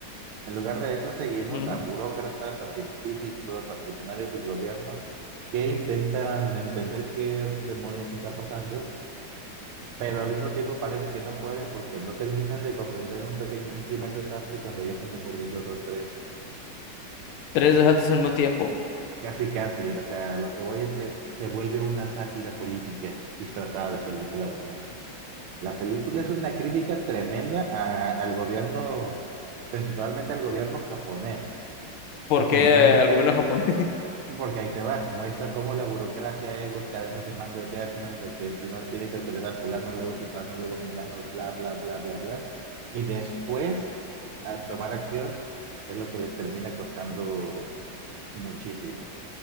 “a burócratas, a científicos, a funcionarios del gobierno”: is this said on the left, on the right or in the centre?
Right